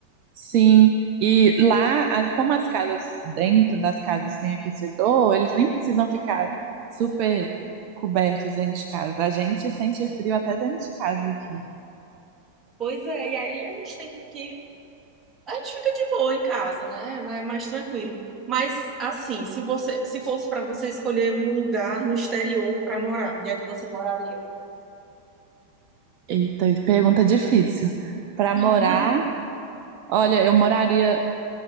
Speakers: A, on the right; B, on the right.
A: Sim, e lá, a- como as casas, dentro das casas tem aquecedor, eles nem precisam ficar super cobertos dentro de casa. A gente sente frio até dentro de casa aqui.
B: Pois é, e aí a gente tem que. que- A gente fica de boa em casa, né? Mais, mais tranquilo. Mas, assim, se você, se fosse para você escolher um lugar no exterior para morar, onde é que você moraria?
A: Eita, pergunta difícil. Para
B: <laughs>
A: morar, olha, eu moraria